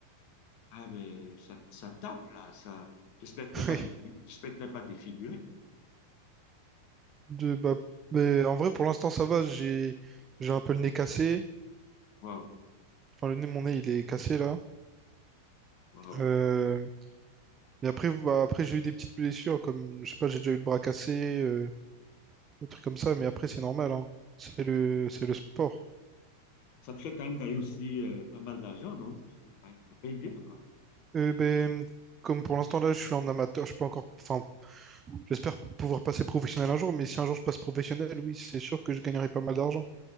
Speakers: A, on the left; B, on the right.
A: Ah, mais ça, ça tape, là. Ça... J'espère que t'es
B: <laughs>
A: pas,
B: Oui.
A: dé- j'espère que t'es pas défiguré.
B: De, bah, mais en vrai, pour l'instant, ça va. J'ai, j'ai un peu le nez cassé.
A: Waouh,
B: Enfin, le nez, mon nez, il est cassé là.
A: waouh.
B: Euh, mais après, bah, après j'ai eu des petites blessures, comme, je sais pas, j'ai déjà eu le bras cassé, euh, des trucs comme ça, mais après, c'est normal, hein. C'est le, c'est le sport.
A: Ça te fait quand même gagner aussi euh, pas mal d'argent, non? Parce que, pareil, Ça paye bien, quoi.
B: Euh, ben, comme pour l'instant, là, je suis en amateur, je peux encore, enfin, j'espère pouvoir passer professionnel un jour, mais si un jour je passe professionnel, oui, c'est sûr que je gagnerai pas mal d'argent.